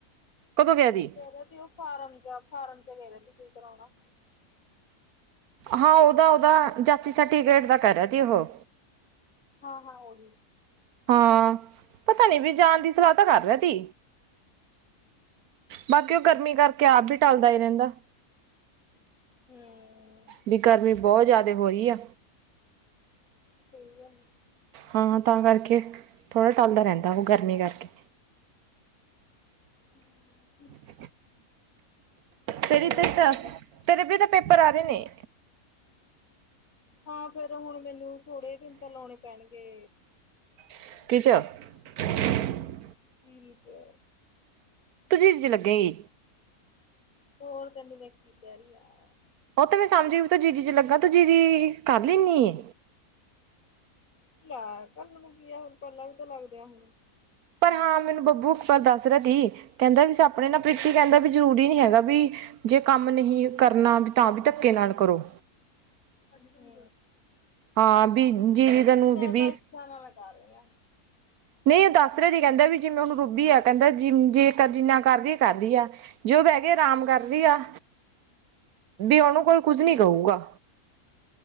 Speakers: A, on the right; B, on the left.
A: ਕਦੋਂ ਗਿਆ ਦੀ
B: ਕਹਿ ਰਿਹਾ ਸੀ ਤੇ ਉਹ ਫਾਰਮ ਜਾ ਫਾਰਮ ਵਗਰਾ ਦੀ ਕੋਈ ਕਰਾਉਣਾ
A: ਹਾਂ ਉਹਦਾ ਉਹਦਾ ਜਾਤੀ ਸਰਟੀਫਕੇੇਟ ਦਾ ਕਰਹਾ ਸੀ ਉਹ
B: ਹਾਂ ਹਾਂ ਉਹੀ
A: ਹਾਂ ਪਤਾ ਨੀ ਵੀ ਜਾਣ ਦੀ ਸਲਾਹ ਤਾਂ ਕਰ ਰਿਹਾ ਤੀ ਪਰ ਕਿ ਉਹ ਗਰਮੀ ਕਰਕੇ
B: ਅੱਛਾ
A: ਆਪ ਵੀ ਟਲਦਾ ਹੀ ਰਹਿੰਦਾ
B: ਹੂੰ
A: ਵੀ ਗਰਮੀ ਬਹੁਤ ਜ਼ਿਆਦਾ ਤੇ ਹੋ ਰਹੀ ਆ
B: ਸਹੀ ਗੱਲ
A: ਹਾਂ ਤਾਂ ਕਰਕੇ ਥੋੜ੍ਹਾ ਟਲਦਾ ਰਹਿੰਦਾ ਉਹ ਗਰਮੀ ਕਰਕੇ
B: ਹੂੰ।
A: <inaudible> ਤੇਰੀ
B: ਹੋਰ
A: ਤੇ
B: ਦੱਸ
A: ਤਾਂ, ਤੇਰੇ ਤੇ ਤਾ ਪੇਪਰ ਆ ਰੇ ਨੇ?
B: ਹਾਂ ਫੇਰ ਹੁਣ ਮੈਨੂੰ ਥੋੜੇ ਦਿਨ ਤਾਂ ਲਾਉਣੇ ਪੈਣਗੇ।
A: <unintelligible>
B: ਜੀਰੀ ਚ।
A: ਤੂੰ ਜੀਰੀ ਚ ਲੱਗੇਗੀ?
B: ਹੋਰ ਤੈਨੂੰ ਮੈਂ ਕੀ ਕਹਿ ਰੀ ਆ।
A: ਉਹ ਤੇ ਮੈਂ ਸਮਝ ਤੋ ਜੀਰੀ ਚ ਲੱਗਾ ਤੇ ਜੀਰੀ ਕਰ ਲੀਨੀ ਏ?
B: ਲੈ ਕਰਨ ਨੂੰ ਕੀ ਆ ਹੁਣ ਪਹਿਲਾਂ ਵੀ ਤਾਂ ਲੱਗਦੇ ਆ ਹੁਣ।
A: ਪਰ ਹਾਂ ਮੈਨੂੰ ਬੱਬੂ ਇਕ ਬਾਰ ਦੱਸ ਰਿਆ ਤੀ ਕਹਿੰਦਾ ਵੀ ਸ ਔਣੇ ਨਾ ਪ੍ਰੀਤੀ ਕੈੰਦਾ ਬੀ ਜਰੂਰੀ ਨੀ ਹੈਗਾ ਬਈ ਜੇ ਕੰਮ ਨਹੀਂ ਕਰਨਾ ਤਾਂ ਵੀ ਧੱਕੇ ਨਾਲ ਕਰੋ।
B: ਹੂੰ।
A: ਹਾਂ, ਬੀ ਜੀਰੀ ਤਾਨੂੰ
B: ਮੈਂ
A: ਦੀ ਬੀ
B: ਤਾਂ ਇੱਛਾ ਨਾਲ ਕਰ ਰਹੀ ਹਾਂ।
A: ਨਹੀਂ, ਉਹ ਦੱਸ ਰੇ ਸੀ ਕੈੰਦਾ ਬੀ ਜਿਮੇ ਉਨੂੰ ਰੁੱਬੀ ਐ ਕੈੰਦਾ ਜਿ ਜੇਕ ਜਿੰਨਾ ਕਰ ਰੀ ਕਰ ਰੀ ਐ, ਜੇ ਔ ਬੈਹ ਗੀ ਆਰਾਮ ਕਰ ਰੀ ਆ, ਬੀ ਓਹਨੂੰ ਕੋਈ ਕੁਝ ਨੀ ਦਊਗਾ।